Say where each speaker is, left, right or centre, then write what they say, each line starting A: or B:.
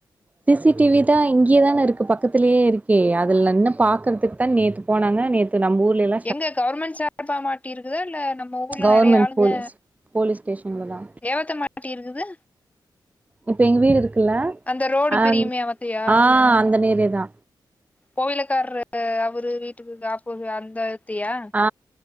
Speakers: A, on the right; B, on the left.
A: சி சி டிவி தா இங்கேயே தான இருக்கு பக்கத்திலயே இருக்கே அதுல்ல என்ன பாக்கறதுக்கு தா நேத்து போனாங்க நேத்து நம்ம ஊர்லே ல்லா
B: எங்க கவர்மெண்ட் சா ர்பா மாட்டி இருக்குதா இல்ல நம்ம ஊர்ல
A: கவர்மெண்ட்
B: நெறைய ஆளுங்க
A: போலீஸ் போலீஸ் ஸ்டேஷன்ல தா
B: ஏவத்த மாட்டி இருக்குது
A: இப்ப எங்க வீடு இருக்குல்ல
B: அந்த ரோடு
A: அந்
B: பிரியுமே அவத்தையா
A: ஆ அந்த நேரே தா
B: கோவிலக்கார்ரு அவரு வீட்டுக்கு காப்போ அந்த இத்தியா
A: ஆ